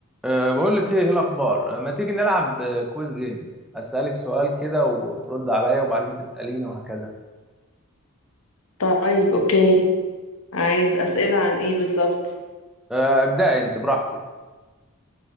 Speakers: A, in the centre; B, on the left.
A: أه بقول لك ايه إيه الاخبار أه، ما تيجي نلعب أه، كويز جيم اسالك سؤال كده وترد عليا وبعدين تساليني وهكذا
B: طيب اوكي عايز اسئله عن ايه بالظبط
A: أه ابدأ انت براحتك